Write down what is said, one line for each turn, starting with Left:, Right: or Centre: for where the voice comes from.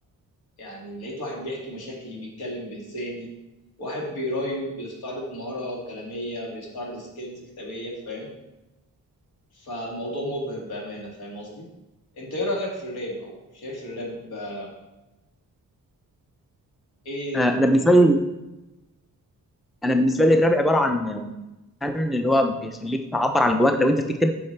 Left: يعني لقيت واحد بيحكي مشاكلي بيتكلم بلساني واحد بيرايم بيستعرض مهارة كلامية بيستعرض سكيلز كتابية فاهم فالموضوع مبهر بأمانة فاهم قصدي انت ايه رأيك في الراب او شايف الراب آه، ايه
Centre: آه، انا
Left: من
Centre: بالنسبه لي انا بالنسبه لي الراب عباره عن عن اللي هو بيخليك تعبر عن جواك لو انت بتكتب